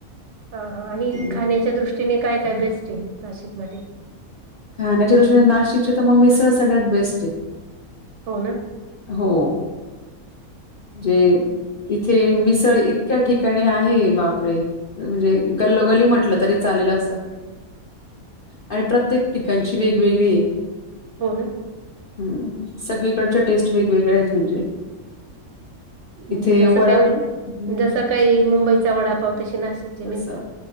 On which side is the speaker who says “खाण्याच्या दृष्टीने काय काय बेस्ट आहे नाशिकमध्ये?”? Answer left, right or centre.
Right